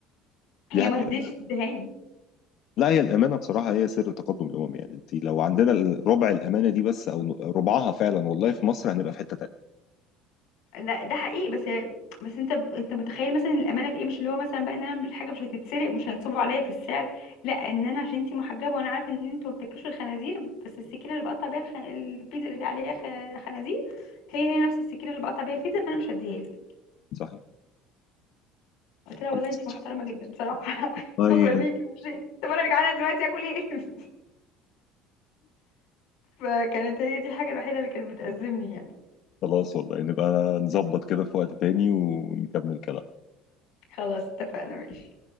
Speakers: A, on the left (about 75°); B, on the left (about 60°).
A: هي
B: دي حقيقة
A: ما رضيتش تديهاني
B: لا هي الامانه بصراحه هي سر تقدم الامم يعني انت لو عندنا ربع الامانه دي بس او ربعها فعلا والله في مصر هنبقى في حته تانيه
A: لا ده حقيقي بس بس انت انت متخيل مثلا الامانه في ايه مش اللي هو مثلا بقى ان انا مش حاجه مش هتتسرق مش هينصبوا عليا في السعر لا ان انا عشان انتي محجبه وانا عارف ان انتوا ما بتاكلوش الخنازير بس السكينه اللي بقطع بيها الخ... البيتزا اللي عليها خ... خنازير هي هي نفس السكينه اللي بقطع بيها البيتزا فانا مش هديها لك
B: صحيح
A: قلت لها
B: خلاص.
A: والله انتي محترمه جدا بصراحه <laughs>
B: طيب
A: شكرا ليكي ومشيت طب انا جعانه دلوقتي اكل ايه <laughs> فكانت هي دي الحاجه الوحيده اللي كانت بتأزمني يعني
B: خلاص والله نبقى نظبط كده في وقت تاني ونكمل كلام
A: خلاص اتفقنا ماشي